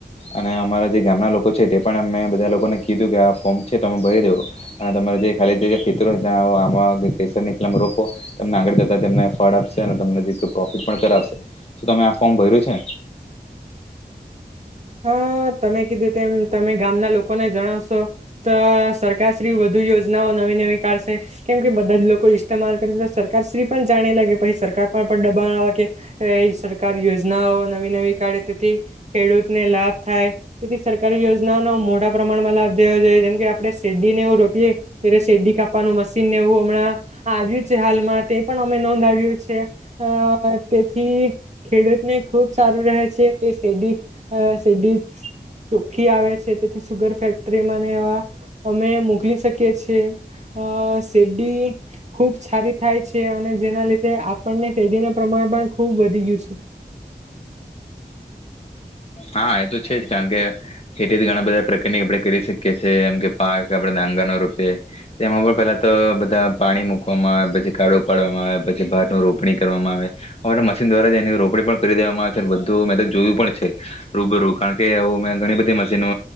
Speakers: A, on the left (about 35°); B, on the right (about 40°).
A: અને અમારા જે ગામના લોકો છે તે પણ અમે બધા લોકોને કીધું તું કે આ ફોર્મ છે તમે ભરી દેવો અને તમારા જે ખાલી જગ્યા ખેતરો ત્યાં ની રો તમને આગળ જતાને ફળ આપશે તમને પ્રોફિટ પણ કરાવશે તમે આ ફોર્મ ભર્યું છે.
B: હા તમે કીધું તેમ તમે ગામના લોકોને જણાવશો તો સરકારશ્રી વધુ યોજનાઓ નવી નવી કાઢશે કેમ કે બધા જ લોકો ઈસ્માલ કરશે તો સરકારશ્રી પણ જાણે લાગે પછી સરકાર પણ પણ દબાણ આવે કે સરકાર યોજનાઓ નવી નવી કાઢે તેથી ખેડૂત લાભ થાય તેથી સરકારી યોજના ન મોટા પ્રમાણમાં લાભ દેવો જોઈએ જેમ કે આપણે શેરડીને એવું રોપીએ ત શેરડી કાપવાનું મશીનને એવું હમણાં આવ્યું છે હાલમાં તે પણ અમે નોંધાવ્યું છે અ તેથી ખેડૂતને ખુબ સારું રહે છે કે શેરડી શેરડી ચોખ્ખી આવે છે તેથી સુગર ફેક્ટરીમાંને અમે મોકલી શકીએ છેએ આ શેરડી ખૂબ સારી થાય છે અને જેના લીધે આપણને શેરડીના પ્રમાણ પણ ખૂબ વધી ગયું છે.
A: હા એ તો છે જ કારણ કે ખેતીથી ઘણા બધા પ્રકારની આપણે કરી શકીએ છીએ, એમ કે પાક આપણેે ડાંગા ન રૂપે એમાં પણ પેલા તો બધા પાણી મૂકવામાં આવે, પછી કાળો પાડવામાં આવે પછી ભાત ન રોપણી કરવામાં આવે હવે મશીન દ્વારા જ એની રોપણી પણ કરી દેવામાં આવે છે, બધું મેં તો જોયું પણ છે. રૂબ કારણ કે એું મેં ઘણી બધી મશીનો